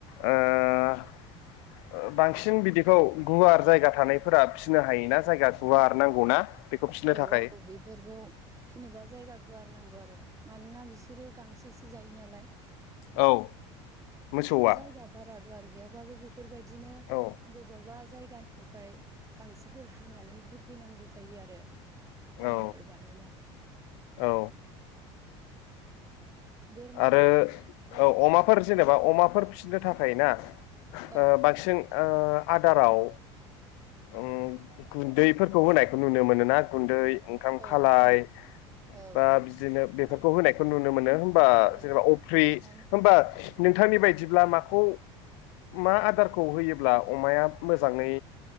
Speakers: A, on the left (about 75°); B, on the right (about 20°).
A: ओ ओ बांसिन बिदिखौ गुवार जायगा थानायफोरा फिनो हायोना जायगा गुवार नांगौना बेखौ फिसिनो
B: औ
A: थाखाय
B: औ बेफोरखौ फिसिनोबा जायगा गुवार नांगौ आरो मानोना बिसोरो गांसोसो जायो नालाय
A: औ मोसौआ
B: जायगा बारा गुवार गैयाबाबो बेफोरबायदिनो
A: औ
B: बबाबा जायगानि बेनिफ्राय गांसोफोर हानानै होफैनांगौ जायो आरो
A: औ
B: आरामफोर बानायना
A: औ
B: बोरमा
A: आरो
B: बो
A: अ-अमाफोर
B: औ
A: जेनेबा अमाफोर फिसिनो थाखाय ना
B: औ
A: अ बांसिन अ आदाराव उ गुन्दैफोरखौ होनायखौ नुनो मोनोना गुन्दै ओंखाम
B: औ
A: खालाय
B: औ
A: बा बिदिनो बे- खौ होनायखौ नुनो मोनो बा
B: औ
A: जेनेबा अफ्रि
B: अमानि
A: होमबा नोंथांनि बायदिब्ला माखौ मा आदारखौ होयोब्ला अमाया मोजाङै